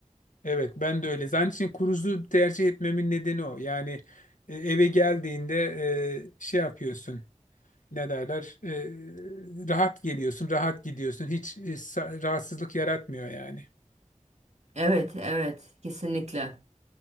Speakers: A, on the left (about 75°); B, on the right (about 55°).
A: Evet, ben de öyle. Zaten için cruise'u tercih etmemin nedeni o. Yani e, eve geldiğinde e, şey yapıyorsun. ne derler e, rahat geliyorsun, rahat gidiyorsun. Hiç e, sa- rahatsızlık yaratmıyor yani.
B: Evet, evet. Kesinlikle.